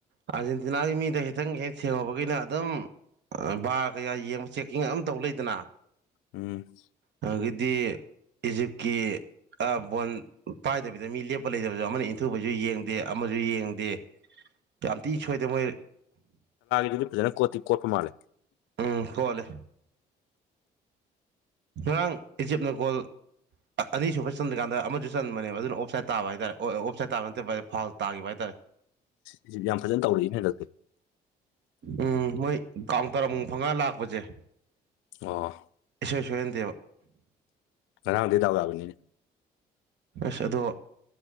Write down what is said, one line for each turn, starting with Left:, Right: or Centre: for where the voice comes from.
Right: ꯑꯥꯔꯖꯦꯟꯇꯤꯅꯥꯒꯤ ꯃꯤꯗ ꯈꯤꯇꯪ ꯍꯦꯛ ꯊꯦꯡꯉꯄꯒꯤꯅ ꯑꯗꯨꯝ ꯕꯥꯔ ꯀꯩꯀꯥ ꯌꯦꯡꯕ ꯆꯦꯛꯀꯤꯡ ꯑꯗꯨꯝ ꯌ‌ꯦꯡ ꯂꯩꯗꯅ
Left: ꯎꯝ
Right: ꯑꯗꯒꯤꯗꯤ ꯏꯖꯤꯞꯀꯤ ꯑꯥ ꯕꯣꯟ ꯄꯥꯏꯗꯕꯤꯗ ꯃꯤ ꯂꯦꯞ ꯑꯄ ꯂꯩꯇꯕꯁꯨ <unintelligible> ꯑꯃꯅ ꯏꯟꯊꯨꯕꯁꯨ ꯌꯦꯡꯗꯦ ꯑꯃꯁꯨ ꯌꯦꯡꯗꯦ ꯌꯥꯝꯊꯤ ꯁꯣꯏꯗ ꯃꯣꯏ
Left: ꯐꯖꯅꯤ <unintelligible> ꯀꫭꯠꯇꯤ ꯀꯣꯠꯄ ꯃꯥꯜꯂꯦ
Right: ꯎꯝ ꯀꯣꯠꯂꯦ ꯉꯔꯥꯡ ꯏꯖꯤꯞꯅ ꯒꯣꯜ ꯑꯅꯤꯁꯨꯕ ꯆꯟꯗ꯭ꯔꯀꯥꯟꯗ ꯑꯃꯁꯨ ꯆꯟꯕꯅꯦꯕ ꯑꯗꯨꯅ ꯑꯣꯞꯁꯥꯏꯠ ꯇꯥꯕ ꯍꯥꯏꯇꯥꯔꯦ ꯑꯣꯞ ꯁꯥꯏꯠ ꯇꯥꯕ ꯅꯠꯇꯕ ꯐꫭꯜ ꯇꯥꯈꯤꯕ ꯍꯥꯏꯇꯥꯔꯦ
Left: ꯏꯁ ꯌꯥꯝ ꯐꯖꯅ ꯇꯧꯔꯛꯏꯅ‌ꯦ ꯍꯟꯗꯛꯇꯤ
Right: ꯎꯝ ꯃꯣꯏ ꯀꯥꯎꯟꯇꯔ ꯑꯃꯨꯛ ꯐꯪꯉꯒ ꯂꯥꯛꯄꯁꯦ
Left: ꯑꯣ
Right: ꯏꯁꫭꯏ ꯁꯦꯏꯍꯟꯗ‌ꯦꯕ
Left: ꯉꯔꯥꯡꯗꯤ ꯗꯥꯎ ꯌꯥꯕꯅꯤꯅꯦ
Right: ꯑꯁ ꯑꯗꯣ